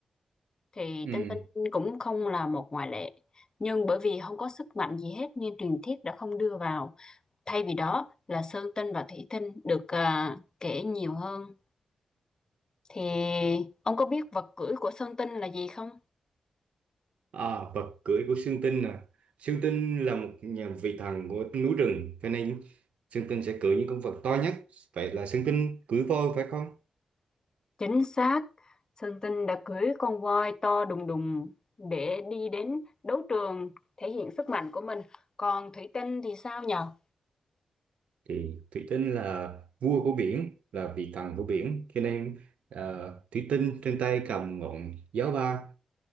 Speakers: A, on the left; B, on the right.
A: Thì
B: ừ
A: Tinh Tinh cũng không là một ngoại lệ. Nhưng bởi vì không có sức mạnh gì hết nên truyền thuyết đã không đưa vào. Thay vì đó là Sơn Tinh và Thủy Tinh được à, kể nhiều hơn. Thì ông có biết vật cưỡi của Sơn Tinh là gì không?
B: À, vật cưỡi của Sương Tinh à. Sương Tinh là một nhà vị thần của núi rừng, cho nên Sương Tinh sẽ cưỡi những con vật to nhất. Vậy là Sương Tinh cưỡi voi phải không?
A: Chính xác, Sơn Tinh đã cưỡi con voi to đùng đùng để đi đến đấu trường thể hiện sức mạnh của mình. Còn Thủy Tinh thì sao nhờ?
B: Thì Thủy Tinh là vua của biển, là vị thần của biển, cho nên à, Thủy Tinh trên tay cầm ngọn giáo ba,